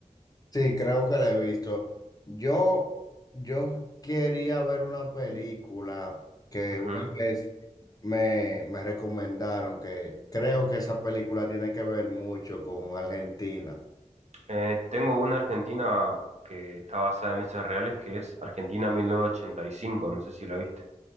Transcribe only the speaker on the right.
Ujú.
Eh, tengo una Argentina que está basada en hechos reales, que es Argentina 1985, no sé si la viste.